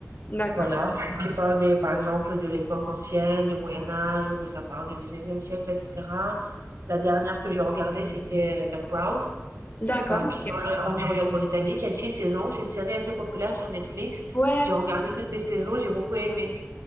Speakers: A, on the left (about 40°); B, on the right (about 80°).
A: D'accord.
B: Voilà, qui parle des par exemple, de l'époque ancienne, du Moyen Âge ou que ça parle du 19e siècle et cetera. La dernière que j'ai regardée, c'était The Crown,
A: D'accord.
B: ça qui
A: ok.
B: parle de la famille royale britannique. Il y a 6 saisons, c'est une série assez populaire sur Netflix.
A: Ouais.
B: J'ai regardé toutes les saisons, j'ai beaucoup aimé.